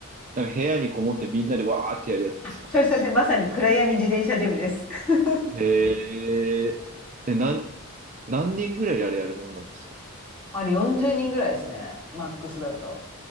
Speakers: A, on the right (about 35°); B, in the centre.
A: なんか部屋にこもってみんなでわーってやるやつですか
B: それそれ、まさに暗闇自転車ジムです。<laughs>
A: へえ、え、なん、何人ぐらいであれやるもんなんですか
B: あれ40人ぐらいですね、マックスだと。